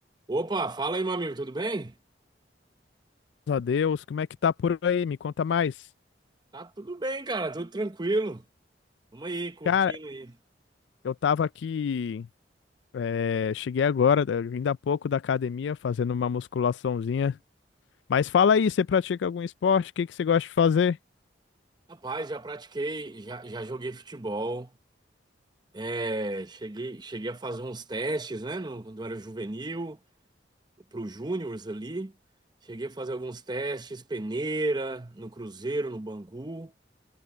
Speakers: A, on the right; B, on the left.
A: Opa, fala aí, meu amigo, tudo bem?
B: Graças a Deus. Como é que tá por aí? Me conta mais.
A: Tá tudo bem, cara, tudo tranquilo. Vamos aí, curtindo
B: Cara,
A: aí.
B: eu tava aqui, eh, cheguei agora, eh, ainda há pouco da academia, fazendo uma musculaçãozinha. Mas fala aí, você pratica algum esporte? O que que você gosta de fazer?
A: Rapaz, já pratiquei, já, já joguei futebol. É, cheguei, cheguei a fazer uns testes, né? no- quando eu era juvenil, pro júniors ali. Cheguei a fazer alguns testes, peneira, no Cruzeiro, no Bangu.